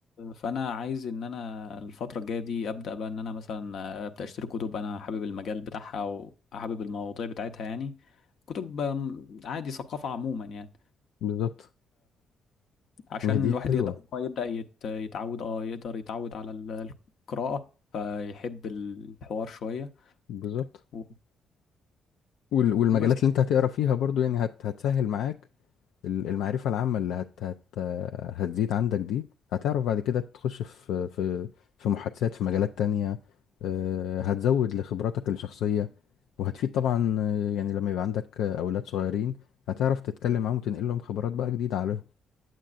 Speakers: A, on the left; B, on the left.
A: فانا عايز ان انا الفتره الجايه دي ابدا بقى ان انا مثلا ابدا اشتري كتب انا حابب المجال بتاعها او حابب المواضيع بتاعتها يعني كتب أم، عادي ثقافه عموما يعني
B: بالظبط
A: عشان
B: ما هي دي
A: الواحد
B: حلوة
A: يقدر إن هو يبدا يت- يتعود اه يقدر يتعود على ال- القراءه فيحب الحوار شويه
B: بالظبط
A: و-
B: وال- والمجالات
A: وبس
B: اللي
A: يعني.
B: انت هتقرا فيها برضو يعني هت هتسهل معاك ال- المعرفة العامة اللي هت هت هتزيد عندك دي هتعرف بعد كده تخش في في في محادثات في مجالات تانية آه، هتزود لخبراتك الشخصية وهتفيد طبعا آه، يعني لما يبقى عندك آه، أولاد صغيرين هتعرف تتكلم معاهم وتنقل لهم خبرات بقى جديدة عليهم